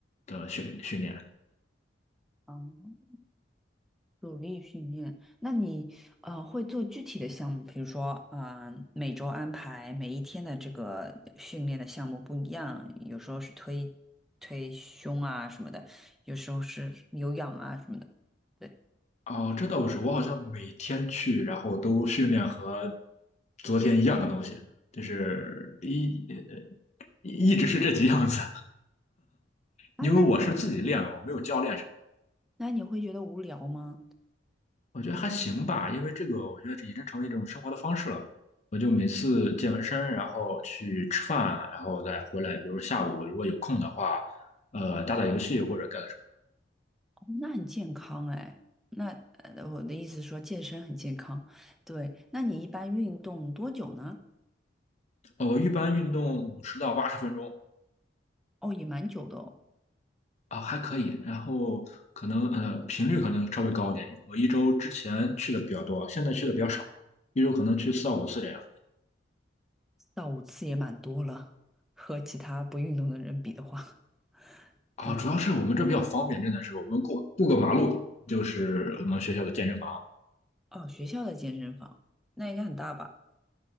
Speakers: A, on the left; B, in the centre.
A: 的训训练。
B: 嗯。努力训练，那你呃会做具体的项目，比如说嗯每周安排每一天的这个呃训练的项目不一样，有时候是推推胸啊什么的，有时候是有氧啊什么的。对
A: 哦，这倒不是，我好像每天去，然后都训练和昨天一样的东西，就是一呃一直是这几样子，
B: 啊，
A: 因为我是自己练的，
B: 那
A: 我没有教练。
B: 那你会觉得无聊吗？
A: 我觉得还行吧，因为这个我觉得这已经成为一种生活的方式了。我就每次健完身，然后去吃饭，然后再回来，比如下午如果有空的话，呃，打打游戏或者干什么
B: 哦那很健康哎。那呃，我的意思是说健身很健康，对。那你一般运动多久呢？
A: 的。呃，我一般运动五十到八十分钟
B: 哦，也蛮久的哦，
A: 啊，还可以。然后可能呃频率可能稍微高一点，我一周之前去的比较多，现在去的比较少了，一周可能去四到五次这样。
B: 四到五次也蛮多了，和其他不运动的人比的话，<laughs>
A: 啊，
B: 对。
A: 主要是我们这比较方便，真的是我们过过个马路就是我们学校的健身房。
B: 哦，学校的健身房，那应该很大吧？